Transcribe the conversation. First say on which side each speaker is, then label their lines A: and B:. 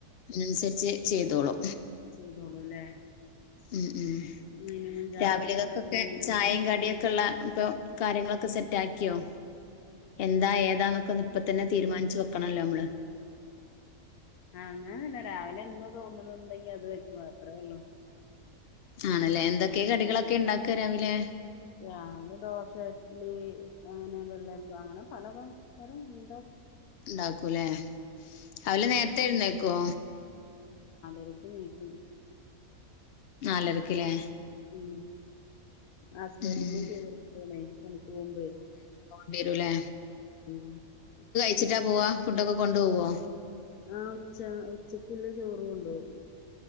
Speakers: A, on the left; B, on the left.
A: അതിനനുസരിച്ച് ചെയ്തോളൂ
B: ചെയ്തോളൂല്ലേ
A: ഉം ഉം
B: മിനിമം ചാർജൊക്കെ
A: രാവിലൊക്കൊക്കെ
B: ഇപ്പ എത്ര വരും
A: ചായയും കടിയൊക്കെ ഇ കാര്യങ്ങളൊക്കെ സെറ്റ് ആക്കിയോ എന്താ ഏതാന്നൊക്കെന്ന് ഇപ്പ തന്നെ തീരുമാനിച്ച വെക്കണല്ലോ നമ്മള്
B: അങ്ങന തന്നെ രാവിലെ എന്തോ തോന്നുന്നുണ്ടെങ്കി അത് വയ്ക്കു അത്രേ ഉള്ളു
A: ആണല്ലേ എന്തൊക്കെയ കടികളൊക്കെ ഉണ്ടാക്കി വരാവില്ലേ
B: രാവിലെ ദോശ ഇഡ്ലി അങ്ങനെ വെള്ളയപ്പ അങ്ങനെ പലും ഇണ്ട്
A: ഉണ്ടാക്കൂല്ലേ അവല് നേരത്തൊയിുന്നേക്കോ
B: എർക്കും നീക്കും
A: നാലരക്കില്ലേ
B: ഉം ഹസ്ബൻറിും
A: ഉം.
B: ചോറ്ണേ തനിക്ക് പോ്പേ
A: വരൂലേ
B: ഉം
A: വച്ചിട്ടാ പോവാ ഫുഡൊക്ക കൊുപ പോവോ
B: ആഹ ഉച്ച ഉച്ചക്കുള്ള ചോറ് കൊണ്ടോവും